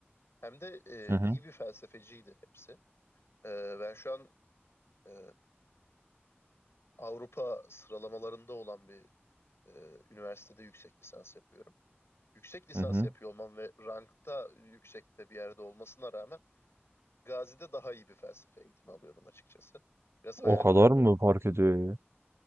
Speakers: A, on the left; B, on the right.
A: hem de e,
B: Hı hı.
A: iyi bir felsefeciydi hepsi. Ee, ben şu an e, Avrupa sıralamalarında olan bir e, üniversitede yüksek lisans yapıyorum. Yüksek lisans
B: Hı hı.
A: yapıyor olmam ve rankta yüksekte bir yerde olmasına rağmen Gazi'de daha iyi bir felsefe eğitimi alıyordum açıkçası. Biraz
B: O
A: hayal kırıklığı
B: kadar mı
A: olduğu
B: fark
A: gibi.
B: ediyor ya?